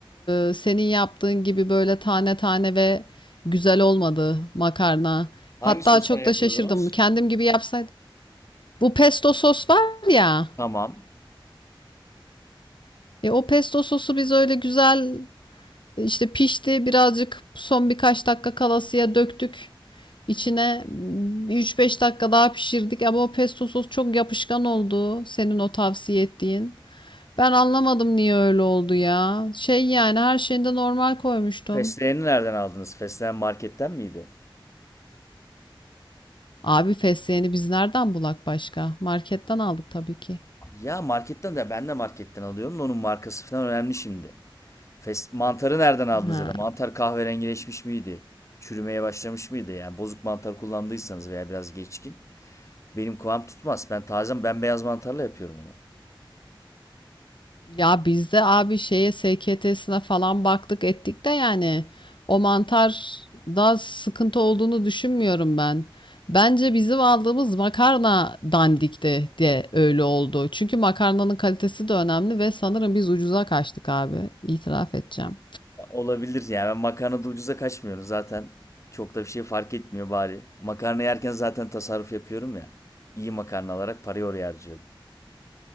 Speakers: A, on the left; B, on the left.
A: e, senin yaptığın gibi böyle tane tane ve güzel olmadı makarna.
B: Hangi
A: Hatta
B: soslar
A: çok
B: yapıyordunuz?
A: da şaşırdım. Kendim gibi yapsaydım. Bu pesto sos var ya.
B: Tamam.
A: E o pesto sosu biz öyle güzel İşte pişti birazcık son birkaç dakika kalasıya döktük. İçine üç beş dakika daha pişirdik ama o pesto sos çok yapışkan oldu senin o tavsiye ettiğin. Ben anlamadım niye öyle oldu ya. Şey yani her şeyinde normal koymuştum.
B: Fesleğeni nereden aldınız? Fesleğen marketten miydi?
A: Abi fesleğeni biz nereden bulak başka? Marketten aldık tabii ki.
B: Ya marketten de ben de marketten alıyorum da onun markası falan önemli şimdi. Fes mantarı nereden aldınız
A: Ha.
B: ya da mantar kahverengileşmiş miydi? Çürümeye başlamış mıydı? Yani bozuk mantar kullandıysanız veya biraz geçkin. Benim kıvam tutmaz. Ben taze bembeyaz mantarla yapıyorum onu.
A: Ya bizde abi şeye SKT'sine falan baktık ettik de yani o mantar da sıkıntı olduğunu düşünmüyorum ben. Bence bizim aldığımız makarna dandikti de öyle oldu. Çünkü makarnanın kalitesi de önemli ve sanırım biz ucuza kaçtık abi. İtiraf edeceğim.
B: Ya olabilir ya. Ben makarnada ucuza kaçmıyorum. Zaten çok da bir şey fark etmiyor bari. Makarna yerken zaten tasarruf yapıyorum ya. İyi makarna alarak parayı oraya harcıyorum.